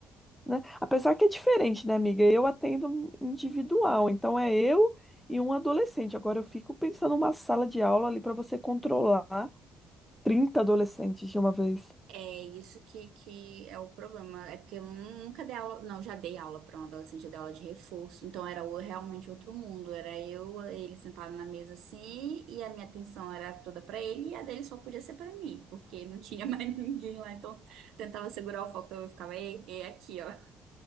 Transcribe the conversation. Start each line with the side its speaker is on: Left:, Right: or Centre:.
Centre: né? Apesar que é diferente, né, amiga? Eu atendo um individual, então é eu e um adolescente. Agora eu fico pensando numa sala de aula ali para você controlar 30 adolescentes de uma vez.
Right: É isso que, que é o problema. É porque eu nunca dei aula. Não, já dei aula para um adolescente, eu dei aula de reforço. Então era o- realmente outro mundo. Era eu, ele sentado na mesa assim, e a minha atenção era toda para ele, e a dele só podia ser para mim, porque não tinha <laughs> mais ninguém lá. Então tentava segurar o foco, eu ficava, ei, ei, aqui, ó.